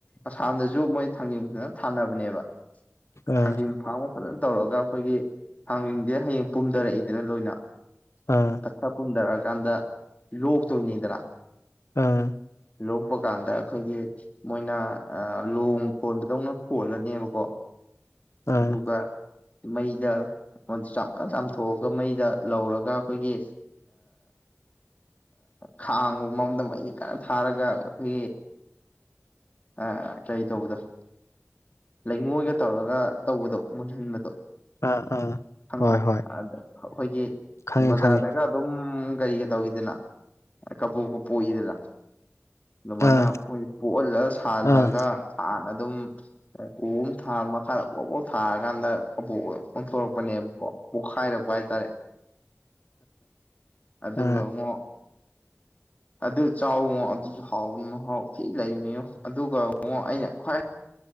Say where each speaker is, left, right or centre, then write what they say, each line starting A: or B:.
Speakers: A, on the left (about 30°); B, on the left (about 75°).
A: ꯑꯁꯥꯝꯗꯖꯨ ꯃꯣꯏ ꯊꯥꯡꯖꯤꯡ ꯐꯖꯅ ꯊꯥꯅꯕꯅꯦꯕ
B: ꯑꯥ
A: ꯊꯥꯡꯖꯤꯡ ꯐꯥꯔ꯭ꯝ ꯒ ꯐꯖꯅ ꯇꯧꯔꯒ ꯑꯩꯈꯣꯏꯒꯤ ꯊꯥꯡꯖꯡꯁꯦ ꯍꯌꯦꯡ ꯄꯨꯝꯊꯔꯛꯏꯗꯅ ꯂꯣꯏꯅ
B: ꯑꯥ ꯑꯥ
A: ꯑꯊ ꯄꯨꯟꯗꯔꯒ ꯀꯥꯟꯗ ꯂꯣꯛꯇꯣꯅꯤꯗ꯭ꯔꯥ
B: ꯑꯥ
A: ꯂꯣꯛꯄ ꯀꯥꯟꯗ ꯑꯩꯈꯣꯏꯒꯤ ꯃꯣꯏꯅ ꯂꯣꯡ ꯈꯣꯟꯕꯗꯧꯅ ꯈꯣꯜꯂꯅꯦꯕꯀꯣ
B: ꯑꯥ
A: ꯑꯗꯨꯒ ꯃꯩꯗ ꯃꯣꯟꯗꯨ ꯆꯥꯝꯊꯣꯛꯑꯒ ꯃꯩꯗ ꯂꯧꯔꯒ ꯑꯩꯈꯣꯏꯒꯤ ꯈꯥꯡꯕ ꯃꯔꯝꯗ ꯑꯩꯁ ꯀꯟꯅ ꯊꯥꯔꯒ ꯑꯩꯈꯣꯏꯒꯤ ꯑ ꯀꯔꯤ ꯇꯧꯕꯗꯣ ꯂꯩꯉꯣꯏꯒ ꯇꯧꯔꯒ ꯇꯧꯕꯗꯣ ꯃꯨꯟꯍꯟꯕꯗꯣ
B: ꯑꯥ ꯑꯥ
A: ꯪꯕ
B: ꯍꯣꯏ ꯍꯣꯏ
A: ꯑ ꯑꯩꯈꯣꯏꯒꯤ
B: ꯈꯪꯉꯦ
A: ꯕꯖꯥꯔꯗꯒ
B: ꯈꯪꯉꯦ
A: ꯑꯗꯨꯝ ꯀꯔꯤꯒ ꯇꯧꯋꯗꯅ ꯀꯕꯣꯛꯀ ꯄꯣꯛꯏꯗꯅ ꯃꯅ
B: ꯑꯥ
A: ꯂ ꯊꯥꯍꯜꯂꯛꯒ
B: ꯑꯥ
A: <inaudible> ꯅ ꯑꯗꯨꯝ ꯎꯍꯨꯝ ꯊꯥ ꯃꯈꯥꯗ ꯥꯎ ꯄꯣꯛ ꯊꯥꯔꯀꯥꯟꯗꯕꯣꯛ ꯑꯣꯟꯊꯣꯔꯛꯄꯅꯦꯕꯀꯣ ꯄꯣꯛꯈꯥꯏꯔꯛ ꯋꯥꯏꯇꯥꯔꯦ ꯑꯗꯨꯒꯉꯣ
B: ꯑꯥ
A: ꯑꯗꯨ ꯆꯥꯎ ꯑꯗꯨꯁꯨ ꯍꯥꯎ ꯍꯥꯎ ꯀꯩ ꯂꯩꯅꯦꯣ ꯑꯗꯨꯒ ꯃꯉꯣ ꯑꯩꯅ ꯈ꯭ꯋꯥꯏ